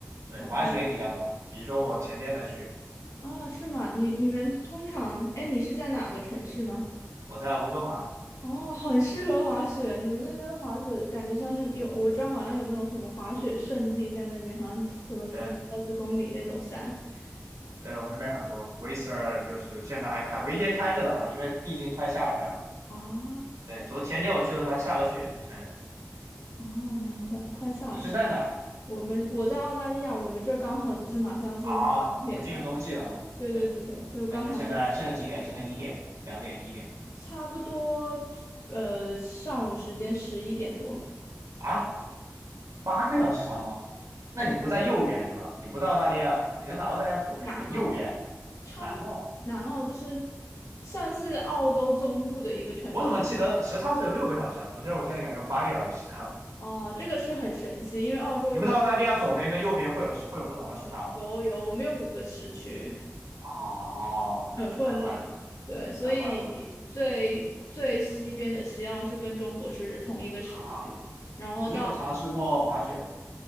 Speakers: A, on the right; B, on the left.
A: 对，
B: 好的。
A: 滑雪比较多。比如说我前天才去，
B: 啊，是吗？你你们通常，哎，你是在哪个城市呢？
A: 我在温哥华，
B: 哦，很适合滑雪。你们那边滑雪感觉像是有，我知道好像有那种什么滑雪圣地在那边，好像什么十几二十公里那种山。
A: 对，
B: <laughs>
A: 对，我们那边很多 Whistler，就是现在还开，唯一开着了吧，因为毕竟快夏天了。
B: 啊。是
A: 对，昨前天我去的时候还下了雪的，反正。
B: 哦，难怪快夏天了。
A: 你是在哪儿
B: 我们我在澳大利亚，我们这刚好就是马上要进入冬天了。
A: 啊？你们进入冬季了吗？
B: <laughs> 对对对对，
A: 对，
B: 就刚才还
A: 那你们现在现在几点？现在一点、两点、一点
B: 差不多，呃，上午时间十一点多，
A: 啊？八个小时差吗？
B: 好像在
A: 那你不在右边是吧？你不在澳大利亚，你在哪？澳大利亚左边、
B: 南澳，
A: 右边、右边，
B: 差不多。
A: 南澳。
B: 南澳就是算是澳洲中部的一个城市。
A: 我怎么记得时差只有六个小时啊？怎么知道我现在感觉有八个小时时差？
B: 哦，这个是很神奇，因为澳洲有五
A: 你们在澳大利亚左边跟右边会有时会有不同的时差吗？
B: 有有，我们有五个时区，
A: 哦，那去那怪不得，
B: 很混乱。对，所以最最西边的西澳是跟中国是同一个时区，
A: 那怪不得啊！
B: 然后到
A: 你有尝试过滑雪吗？